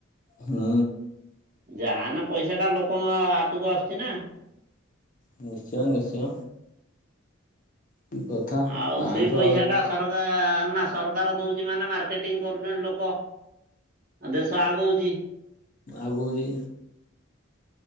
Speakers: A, on the left (about 40°); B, on the right (about 45°).
A: ହୁଁ।
B: ଯାନା ପଇସା ଟା ଲୋକଙ୍କ ହାତକୁ ଆସୁଚି ନା।
A: ନିଶ୍ଚୟ ନିଶ୍ଚୟ। କି କଥା
B: ଆଉ
A: ତାଠୁ
B: ସେଇ ପଇସା
A: ଆଉ
B: ଟା ସରକା ନା ସରକାର ଦଉଚି ମାନେ ମାର୍କେଟିଂ କରୁଚନ୍ତି ଲୋକ। ଆ ଦେଶ ଆଗୋଉଚି।
A: ଆଗୋଉଚି।